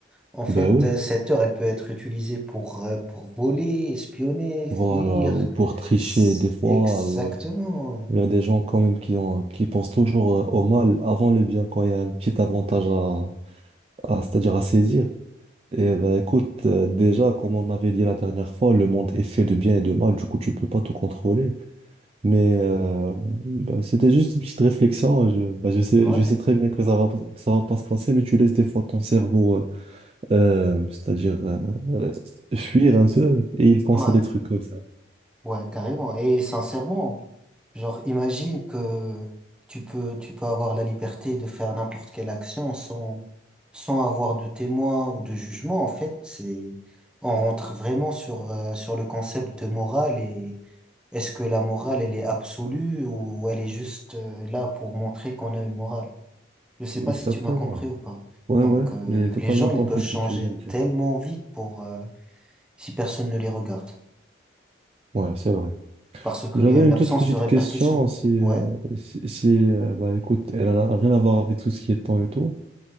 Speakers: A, in the centre; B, on the right.
A: En fait,
B: Ben oui,
A: euh, cette heure, elle peut être utilisée pour, euh, pour voler, espionner, fuir.
B: voilà, ou pour tricher
A: S-
B: des fois,
A: Exactement,
B: ou... euh, Il y a des gens quand même qui ont, qui pensent toujours euh, au mal avant le bien quand il y a un petit avantage à, à- c'est-à-dire à saisir. Et ben écoute, euh, déjà, comme on avait dit la dernière fois, le monde est fait de bien et de mal, du coup, tu peux pas tout contrôler. Mais euh, ben, c'était juste une petite réflexion. Je, ben, je sais,
A: ouais.
B: je sais très bien que ça va, pas- ça va pas se passer, mais tu laisses des fois ton cerveau, euh, euh, c'est-à-dire euh, euh, fuir un peu, et il pense
A: Ouais,
B: à des trucs comme ça.
A: ouais, carrément. Et sincèrement, genre, imagine que tu peux, tu peux avoir la liberté de faire n'importe quelle action sans, sans avoir de témoin ou de jugement. En fait, c'est, on rentre vraiment sur, euh, sur le concept de morale et est-ce que la morale, elle est absolue ou elle est juste, euh, là pour montrer qu'on a une morale? Je sais pas
B: Exactement.
A: si tu m'as compris ou pas.
B: Ouais,
A: Donc,
B: ouais,
A: euh,
B: j'ai totalement
A: les gens, ils
B: compris
A: peuvent
B: ce
A: changer
B: que tu viens de dire.
A: tellement vite pour, euh, si personne ne les regarde.
B: Ouais, c'est vrai.
A: parce qu'il
B: J'avais
A: y a une
B: une
A: absence
B: toute petite
A: de répercussion.
B: question si, euh,
A: Ouais.
B: si, si, euh, bah, écoute, elle n'a rien à voir avec tout ce qui est temps et tout.